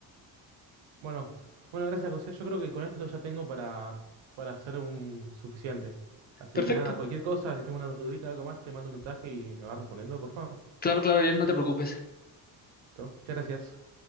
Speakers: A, on the right; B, on the left.
A: Bueno, bueno, gracias, José. Yo creo que con esto ya tengo para, para hacer un suficiente. Así
B: Perfecto.
A: que nada, cualquier cosa, si tengo una dudita, algo más, te mando un mensaje y me vas respondiendo, por favor.
B: Claro, claro, Ariel, no te preocupes.
A: ¿Todo? Muchas gracias.